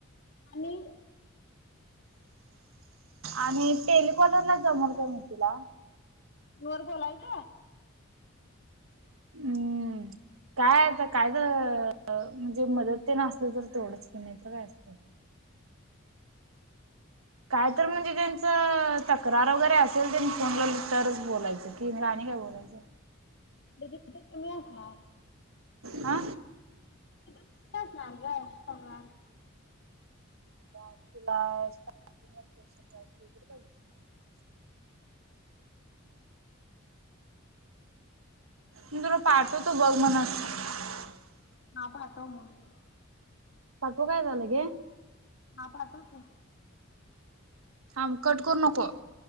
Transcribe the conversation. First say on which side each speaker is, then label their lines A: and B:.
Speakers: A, on the left; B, on the right.
A: आणि
B: आणि टेलिकॉलर ला जमल का म तुला
A: वर बोलायच.
B: हम्म काय आता काय तर म्हणजे मदत ते असल तर तेवढंच की नाही तर काय असत. काय तर म्हणजे त्यांचं तक्रार वगैरे असेल त्याची फोनला तरच बोलायचं की आणि काय बोलायचं.
A: <inaudible> तिथ कमी असणार
B: हा
A: तिथं कमी असणार ग पगार <inaudible>
B: <inaudible> म तुला पाठवतो बघ. <unintelligible>
A: <unintelligible>
B: पाठवू काय ग लगे
A: हा पाठव तू
B: थांब कट करू नको.